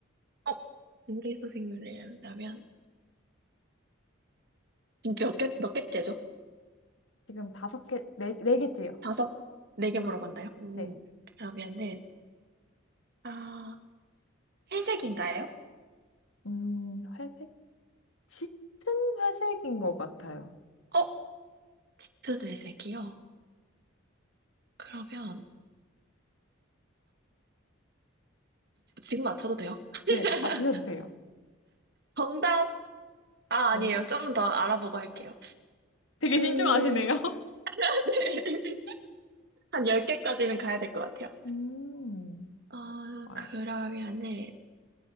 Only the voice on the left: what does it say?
지금 다섯 개, 네, 네 개째요.
네.
음, 회색? 짙은 회색인 것 같아요.
네, 맞히셔도 돼요.
네.
되게
신중하시네요. <laughs>
음,
좋아요.